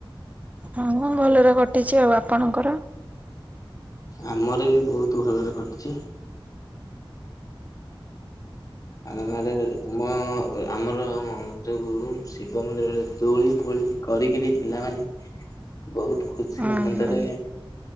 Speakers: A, on the right (about 15°); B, on the left (about 40°).
A: ହଁ ମୁଁ ଭଲରେ କଟିଚି ଆଉ ଆପଣଙ୍କର।
B: ଆମର ବି ବୋହୁତ୍ ଭଲରେ କଟିଚି। ଆମ ଗାଁରେ ତମ ଆମର ମ ଯୋଉ ଶିବ ମନ୍ଦିରରେ ଦୋଳି ଫୋଳି କରିକିରି ପିଲାମାନେ ବୋହୁତ୍ ଖୁସି
A: ହୁଁ
B: ଆନନ୍ଦରେ।
A: ହୁଁ।